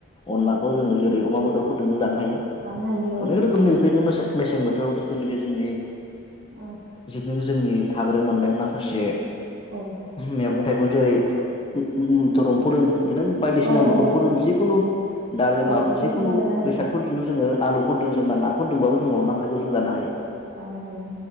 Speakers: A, on the left; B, on the right.
A: अनलाखौ
B: औ
A: जोङो जेरै अमा बेदरफोरजोंबो जानो हायो। अनेक
B: जानो हायो औ
A: रोखोमनि
B: हायो
A: बेफोरबादिनो मेसे मेसें बोथोराव जोंनि
B: उम।
A: जेखुनुखि जोंनि थाग्रायाव मोननाय माखासे
B: औ।
A: मेगं थाइगं जेरै- <unintelligible> फोर होन बिदिनो बायदिसिना
B: औ औ
A: मुदोमफोर
B: औ
A: जिखुनु दालिमा
B: औ बेफोरजोंबो
A: जिखुनु
B: जानो हायो
A: बेसाद फोरजोंनो जोङो आलुफोर दों जेनेबा नाफोर दोंबाबो जोङो अनला ओंख्रिखौ जों जानो हायो।
B: जानो हायो‌